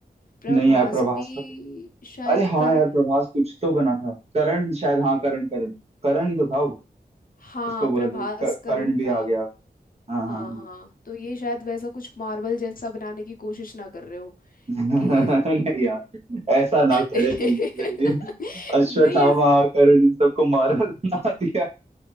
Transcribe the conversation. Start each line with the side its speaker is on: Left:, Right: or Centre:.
Left: प्रभास
Right: नहीं यार प्रभास
Left: भी
Right: का तो
Left: शायद
Right: अरे हाँ
Left: करण
Right: यार प्रभास कुछ तो बना था करण शायद हाँ करण करण करण ही तो था वो
Left: हाँ
Right: उसको बोला
Left: प्रभास
Right: था कि क-
Left: करण
Right: करण भी
Left: था
Right: आ गया हाँ
Left: हाँ
Right: हाँ हाँ।
Left: हाँ तो ये शायद वैसा कुछ मार्वल जैसा बनाने की कोशिश ना कर रहे हो
Right: नहीं
Left: कि
Right: यार ऐसा ना
Left: <laughs>
Right: करे गलती से जी अश्वत्थामा
Left: नहीं ऐस...
Right: आकर इन सबको मार बना दिया